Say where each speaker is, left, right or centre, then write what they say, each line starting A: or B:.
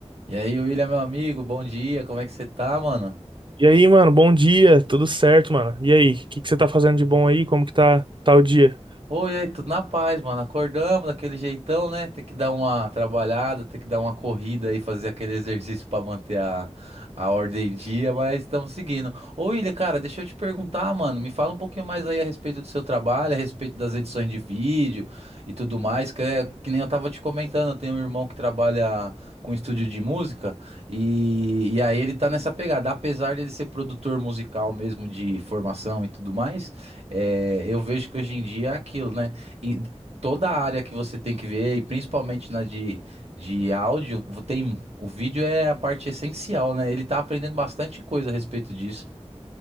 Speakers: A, on the right; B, on the right.
A: E aí, William, meu amigo, bom dia, como é que você tá, mano?
B: E aí, mano, bom dia, tudo certo, mano? E aí, o que que você tá fazendo de bom aí? Como que tá, tá o dia?
A: Oi, e aí, tudo na paz, mano. Acordamos daquele jeitão, né? Ter que dar uma trabalhada, ter que dar uma corrida aí, fazer aquele exercício pra manter a, a ordem em dia, mas estamos seguindo. Ô, William, cara, deixa eu te perguntar, mano, me fala um pouquinho mais aí a respeito do seu trabalho, a respeito das edições de vídeo. e tudo mais, que é que nem eu tava te comentando, eu tenho um irmão que trabalha com estúdio de música e, e aí ele tá nessa pegada, apesar dele ser produtor musical mesmo de formação e tudo mais, é, eu vejo que hoje em dia é aquilo, né? E toda a área que você tem que ver, e principalmente na de, de áudio, tem, o vídeo é a parte essencial, né? Ele tá aprendendo bastante coisa a respeito disso.